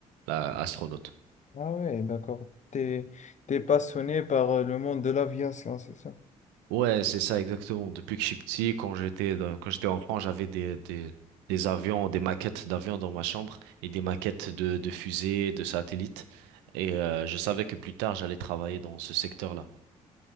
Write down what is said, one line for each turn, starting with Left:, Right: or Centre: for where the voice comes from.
Right: la astronaute.
Left: Ah ouais, d'accord. T'es, t'es passionné par euh, le monde de l'aviation, c'est ça?
Right: Ouais, c'est ça exactement. Depuis que je suis petit, quand j'étais dans- quand j'étais enfant, j'avais des, des, des avions, des maquettes d'avions dans ma chambre et des maquettes de, de fusées, de satellites. Et euh, je savais que plus tard, j'allais travailler dans ce secteur-là.